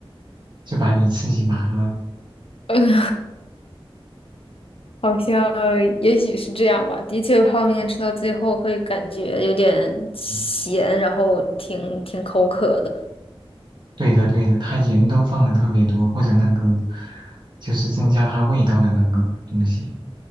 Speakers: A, on the right; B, on the left.
A: 就把你刺激麻了。
B: <laughs> 嗯，好像也许是这样吧。的确，泡面吃到最后会感觉有点咸，
A: 嗯
B: 然后挺挺口渴的。
A: 对的对的，它盐都放的特别多，或者那个就是增加它味道的那个东西。